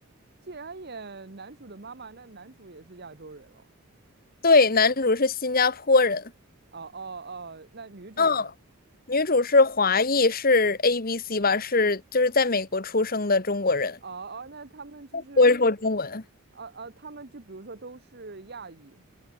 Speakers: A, on the right; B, on the left.
A: 既然演男主的妈妈，那男主也是亚洲人了。
B: 对，男主是新加坡人。
A: 哦哦哦，那女主呢？
B: 嗯，女主是华裔，是 ABC 吧，是就是在美国出生的中国人。
A: 哦哦，那他们就是
B: 不会说中文。
A: 啊啊，他们就比如说都是亚裔